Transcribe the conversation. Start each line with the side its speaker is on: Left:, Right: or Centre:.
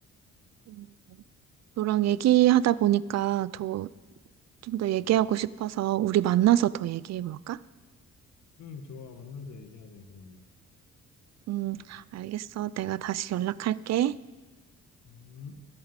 Right: 음. 너랑 얘기하다 보니까 더, 좀 더 얘기하고 싶어서 우리 만나서 더 얘기해 볼까?
Left: 응, 좋아. 만나서 얘기하자, 그러면.
Right: 음, 알겠어. 내가 다시 연락할게.
Left: 음.